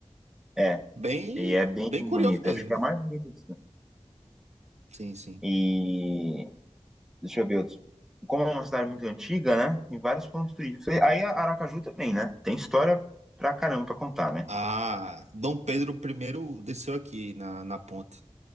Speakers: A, in the centre; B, on the right.
A: É,
B: Bem,
A: e é bem
B: bem
A: bonita.
B: curioso mesmo.
A: Acho que é a mais bonita de Santos.
B: Sim, sim.
A: E Deixa eu ver outros. Como é uma cidade muito antiga, né? Tem vários pontos turísticos. E Aí a Aracaju também, né? Tem história pra caramba pra contar, né?
B: Ah, Dom Pedro I desceu aqui na, na ponte.